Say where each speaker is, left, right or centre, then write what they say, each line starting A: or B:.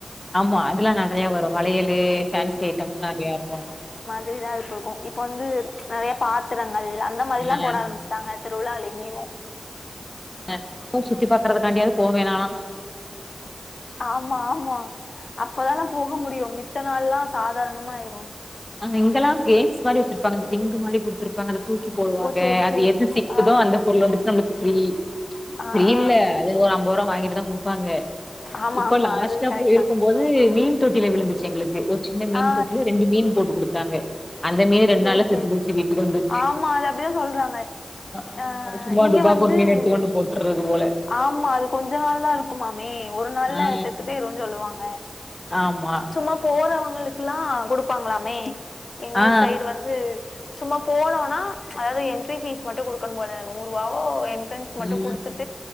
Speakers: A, on the left; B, on the left.
A: ஆமா அதுலா நெறயா வரு வளையலு ஃபேன்சி ஐட்டம்ஸ்லா நெறயா இருக்கூ
B: புரிதா இப்பவுக்கு இப்ப வந்து நெறயா பாத்திரங்கள் அந்த மாறிலா
A: ம்
B: போட ஆரம்ச்ட்டாங்க திருவிழாளமேவு
A: நட்பு சுத்தி பாக்கறதுக்கான்டியாவது போவே நாலா
B: ஆமா ஆமா அப்பதான போக முடியு மித்த நாள்லா சாதாரணமாய்ரு
A: அங்க இங்களா கேம்ஸ் மாறி வச்சிருப்பாங்க அந்த ரிங் மாறி குடுத்துர் வாங்க அத தூக்கி போடுவாங்க
B: ஓ சேரி
A: அது
B: சேரி
A: எது சிக்குதோ
B: ஆ
A: அந்த பொருள் வந்துட்டு நம்ளுக்கு ஃப்ரீ
B: ஆ
A: ஃப்ரியில்ல
B: ஆ
A: அது ஒரு அம்பரூவா வாங்கிட்டு தா குடு பாங்க
B: ஆமா
A: இப்ப
B: ஆமா
A: லாஸ்டா
B: அது கரெக்ட்
A: போய்ருக்கும்
B: தா
A: போது மீன் தொட்டில விழுந்துச்சு எங்களுக் கு ஒரு சின்ன மீன்
B: ஆ
A: தொட்டில ரெண்டு மீன் போட்டு குடுத்தாங்க அந்த மீன் ரெண்டு
B: சேரி
A: நாள்ல செத்து
B: சேரி
A: போச்சு வீட்டுக் வந்து
B: ஆமா அது அப்டிதா சொல்றாங்க
A: ஆமா
B: ஆ
A: சும்மா
B: இங்க
A: டுபாகூர்
B: வந்து
A: மீன் எடுத்துக் கொண்டு போட்ரது போல
B: ஆமா அது கொஞ்ச நாள் தா இருக்குமாமே ஒரு நாள்ல
A: ஆ
B: செத்து பெய்ரூனு சொல்லுவாங்க
A: ஆமா
B: சும்மா போறவங்களுக்குல்லா குடுப்பாங்ளாமே எங்க
A: ஆ
B: ஊர் சைடு வந்து சும்மா போனோனா அதாவ்து எண்ட்ரி ஃபீஸ்க் மட்டு குடுக்கனு போல நூறு ரூவாவோ என்ட்ரன்ஸ்க் மட்டு
A: ம்
B: குடுத்துட்